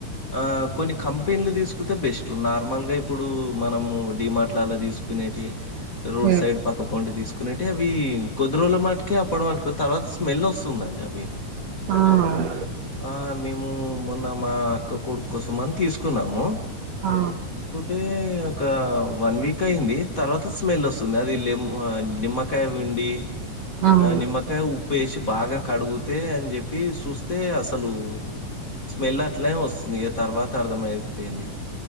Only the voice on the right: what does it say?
హ్మ్.
ఆ
ఆ
అవును